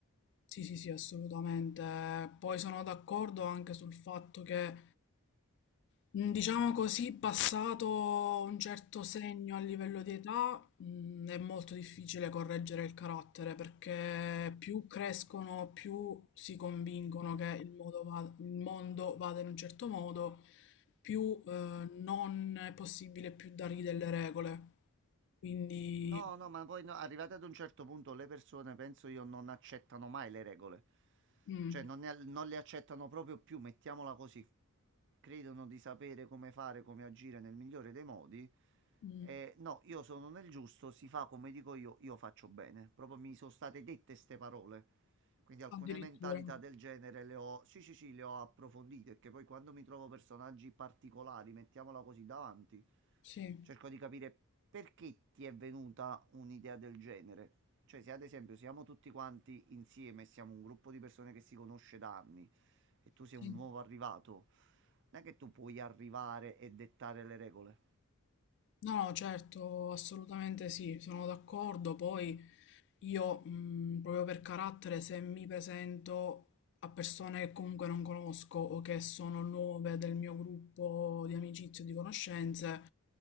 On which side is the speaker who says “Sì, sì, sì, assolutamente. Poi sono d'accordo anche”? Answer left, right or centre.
Left